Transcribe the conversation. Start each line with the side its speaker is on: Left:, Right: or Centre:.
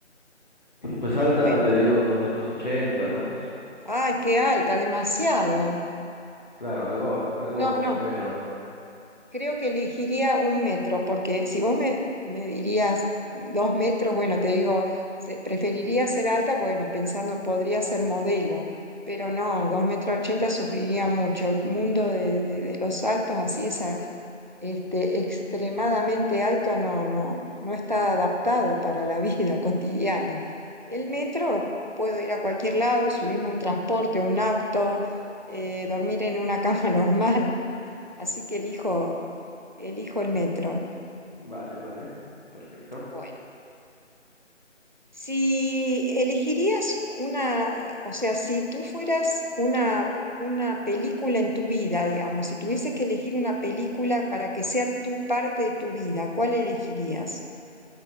Left: Y pues alta,
Right: bueno.
Left: te digo, dos metros ochenta, ¿no?
Right: Ay, qué alta, demasiado.
Left: Claro, algo, algo
Right: No,
Left: severo.
Right: no, creo que elegiría un metro, porque si vos me, me dirías dos metros, bueno, te digo, se- preferiría ser alta, bueno, pensando podría ser modelo, pero no, dos metros ochenta sufriría mucho. El mundo de, de- de los altos, así, esa, este, extremadamente alto, no, no, no está adaptado para la vida <laughs> cotidiana. El metro, puedo ir a cualquier lado, subirme a un transporte, un auto, eh, dormir en una cama <laughs> normal. Así que elijo, elijo el metro.
Left: Vale, vale. Perfecto.
Right: Bueno, si elegirías una, o sea, si tú fueras una, una película en tu vida, digamos, si tuvieses que elegir una película para que sea tu parte de tu vida, ¿cuál elegirías?